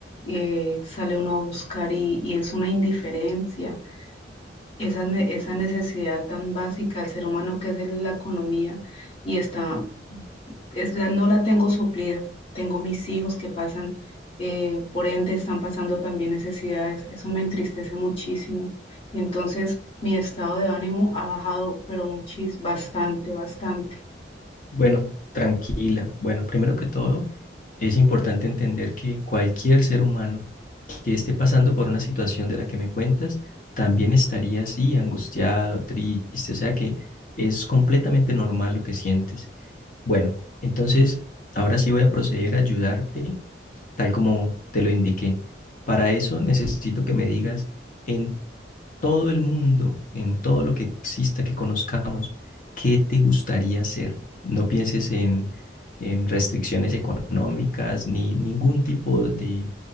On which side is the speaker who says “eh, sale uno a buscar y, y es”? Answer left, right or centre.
Left